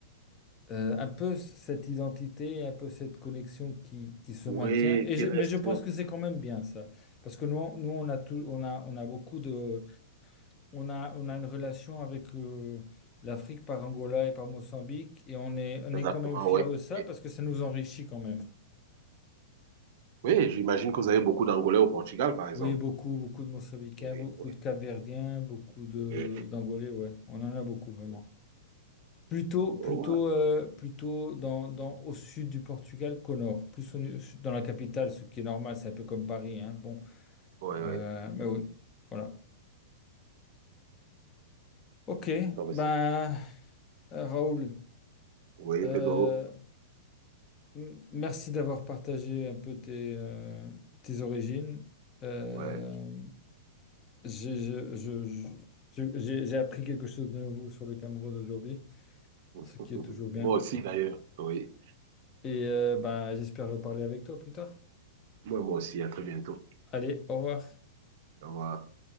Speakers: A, on the left; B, on the right.
A: euh, un peu cette identité, un peu cette connexion qui, qui se
B: Oui,
A: maintient. Et
B: qui
A: je-
B: reste,
A: mais je pense
B: oui.
A: que c'est quand même bien ça, parce que nous, nous on a tout, on a, on a beaucoup de, on a, on a une relation avec euh, l'Afrique par Angola et par Mozambique, et on est, on
B: Exactement,
A: est quand même fiers
B: oui,
A: de ça
B: oui.
A: parce que ça nous enrichit quand même.
B: Oui, j'imagine que vous avez beaucoup d'Angolais au Portugal, par exemple.
A: Oui, beaucoup, beaucoup de Mozambicains,
B: Oui,
A: beaucoup
B: oui,
A: de Capverdiens, beaucoup de
B: oui.
A: d'Angolais, ouais, on en a beaucoup vraiment.
B: Oui,
A: Plutôt,
B: oui.
A: plutôt, euh, plutôt dans, dans- au sud du Portugal qu'au nord. Plus au- dans la capitale, ce qui est normal, c'est un peu comme Paris, hein. Bon,
B: Ouais,
A: Euh,
B: ouais. ouais.
A: mais oui, voilà. Ok,
B: Non, mais
A: ben,
B: c'est
A: euh, Raoul,
B: Oui,
A: euh,
B: Pedro.
A: m- merci d'avoir partagé un peu tes, euh, tes origines. Euh,
B: Ouais.
A: j'ai je- je- je- je- j'ai- j'ai appris quelque chose de nouveau sur le Cameroun aujourd'hui,
B: <laughs>
A: ce qui est toujours bien.
B: Moi aussi, d'ailleurs. Oui.
A: Et euh, ben, j'espère reparler avec toi plus tard.
B: Moi, moi aussi. À très bientôt.
A: Allez, au revoir.
B: Au revoir.